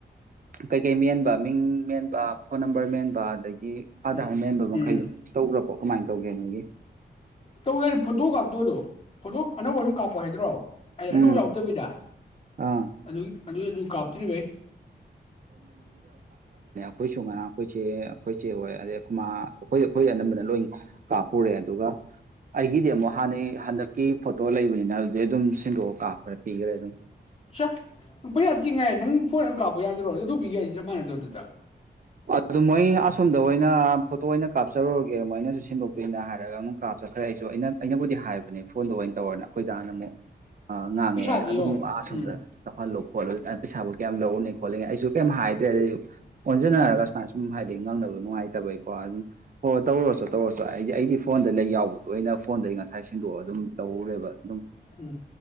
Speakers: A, on the right; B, on the left.
A: ꯀꯩ ꯀꯩ ꯃꯦꯟꯕ ꯃꯤꯡ ꯃꯦꯟꯕ ꯐꯣꯟ ꯅꯝꯕꯔ ꯃꯦꯟꯕ ꯑꯗꯒꯤ ꯑꯥꯙꯥꯔ
B: ꯎꯝ
A: ꯃꯦꯟꯕ ꯃꯈꯩꯗꯣ
B: ꯎꯝ
A: ꯇꯧꯒ꯭ꯔꯕꯣ ꯀꯃꯥꯏ ꯇꯧꯒꯦ ꯅꯪꯒꯤ
B: ꯇꯧꯗꯔꯤ ꯐꯣꯇꯣ ꯀꯥꯞꯇꯣꯗꯣ ꯐꯣꯇꯣ ꯑꯅꯧ ꯕꯁꯨꯝ ꯀꯥꯞꯄꯣ ꯍꯥꯏꯗ꯭ꯔꯣ ꯑꯩ ꯑꯅꯣꯛ
A: ꯎꯝ
B: ꯌꯥꯎꯇꯕꯤꯗ
A: ꯑꯥ
B: ꯑꯗꯨꯒꯤ ꯑꯗꯨ ꯀꯥꯞꯇ꯭ꯔꯤꯕꯩ
A: ꯈꯣꯏꯁꯨ ꯉꯔꯥꯡ ꯈꯣꯏꯆꯦ ꯑꯈꯣꯏ ꯆꯦ ꯍꯣꯏ ꯑꯗꯩ ꯑꯈꯣꯏꯃꯥ ꯑꯈꯣꯏ ꯑꯈꯣꯏ ꯑꯅꯝꯕꯅ ꯂꯣꯏ ꯀꯥꯞꯄꯨꯔꯦ ꯑꯗꯨꯒ ꯑꯩꯒꯤꯗꯤ ꯑꯃꯨꯛ ꯍꯥꯟꯅꯩ ꯍꯟꯗꯛꯀꯤ ꯐꯣꯇꯣ ꯂꯩꯕꯅꯤꯅ ꯑꯗꯨꯗꯩ ꯑꯗꯨꯝ ꯁꯤꯟꯗꯣꯛꯑꯒ ꯀꯥꯞꯈꯔꯦ ꯄꯤꯒꯔꯦ ꯑꯗꯨꯝ
B: <unintelligible> ꯐꯣꯟ ꯑꯝ ꯀꯥꯞꯄꯦ ꯌꯥꯗ꯭ꯔꯣ ꯑꯗꯨ ꯑꯗꯨ ꯄꯤꯒꯦ ꯆꯞ ꯃꯥꯟꯅꯗ꯭ꯔꯣ ꯑꯗꯨꯗ
A: ꯑꯗꯨ ꯃꯣꯏ ꯑꯁꯣꯝꯗ ꯑꯣꯏꯅ ꯐꯣꯇꯣ ꯑꯣꯏꯅ ꯀꯥꯞꯆꯔꯨꯔꯒꯦ ꯃꯣꯏꯅꯁꯨ ꯁꯤꯟꯗꯣꯛꯇꯣꯏꯅꯤꯅ ꯍꯥꯏ <unintelligible> ꯀꯥꯞꯆꯠꯈ꯭ꯔꯦ ꯑꯩꯁꯨ ꯑꯩꯅ ꯑꯩꯅꯕꯨꯗꯤ ꯍꯥꯏꯕꯅꯦ ꯐꯣꯟꯗꯣ ꯑꯣꯏ ꯇꯧꯋꯣꯅ ꯑꯈꯣꯏꯗꯥꯅ ꯑꯃꯨꯛ ꯉꯥꯡꯉꯛꯑꯦ
B: ꯄꯩꯁꯥꯗꯤ
A: ꯑꯗꯨꯝ
B: ꯌꯦꯡꯉꯣ
A: ꯑꯁꯣꯝꯗ
B: ꯎꯝ
A: ꯇꯧꯍꯜꯂꯨ ꯈꯣꯠꯂ ꯄꯩꯁꯥꯕꯨ ꯀꯌꯥꯝ ꯂꯧꯔꯅꯤ ꯈꯣꯠꯂꯤ ꯑꯩꯁꯨ ꯀꯩꯝ ꯍꯥꯏꯗ꯭ꯔꯦ ꯑꯗꯨ ꯑꯣꯟꯖꯅꯥꯔ
B: ꯎꯝ
A: ꯁꯨꯝ ꯍꯥꯏꯗꯤ ꯉꯪꯅꯕꯗ ꯅꯨꯡꯉꯥꯏꯇꯕꯩꯀꯣ ꯑꯗꯨꯝ ꯍꯣꯏ ꯇꯧꯔꯨꯔꯣꯆꯣ ꯇꯧꯔꯨꯔꯣꯆꯣ ꯑꯩꯗꯤ ꯑꯩꯗꯤ ꯐꯣꯟꯗ ꯂꯩ ꯌꯥꯎꯕꯗꯣ ꯑꯩꯅ ꯐꯣꯟꯗꯒꯤ ꯉꯁꯥꯏ ꯁꯤꯟꯗꯣꯛꯑ ꯑꯗꯨꯝ ꯇꯧꯔꯨꯔꯦꯕ ꯑꯗꯨꯝ
B: ꯎꯝ